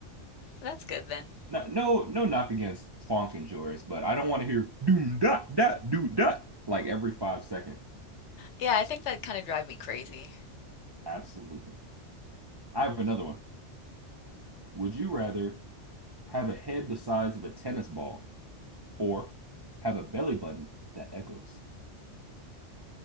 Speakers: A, on the left; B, on the right.
A: That's good then.
B: No, no, no knock against funk and Joris, but I don't want to hear doom dot dot doom dot like every five second.
A: Yeah, I think that kind of drive me crazy.
B: Absolutely. I have another one. Would you rather have a head the size of a tennis ball or have a belly button that echoes?